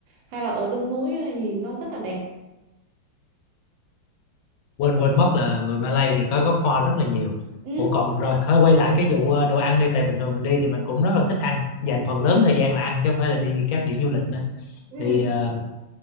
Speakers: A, on the right; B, on the left.
A: hay là ở lưng núi cho nên nhìn nó rất là đẹp
B: quên quên mất là người Malay thì có gốc hoa rất là nhiều
A: ừ.
B: Ủa còn rồi thôi quay lại cái vụ ờ, đồ ăn đi tại bình thường mình đi thì mình cũng rất là thích ăn dành phần lớn thời gian là ăn chứ không phải là đi các điểm du lịch nữa
A: Ừ.
B: thì ờ,